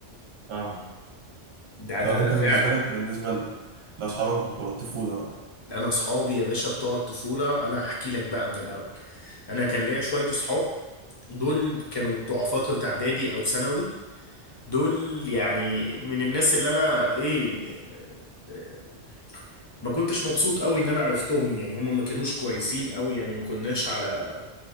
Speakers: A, on the right; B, on the left.
A: اه
B: ده
A: طب
B: ده ده
A: انت بالنسبه
B: فعلا
A: لك بالنسبه ل- لاصحابك بتوع الطفوله بقى
B: أنا أصحابي يا باشا بتوع الطفولة أنا هحكي لك بقى من الأول أنا كان ليا شوية أصحاب دول كانوا بتوع فترة إعدادي أو ثانوي دول يعني من الناس اللي انا ايه آه، ما كنتش مبسوط قوي ان انا عرفتهم يعني هم ما كانوش كويسين قوي يعني ما كناش على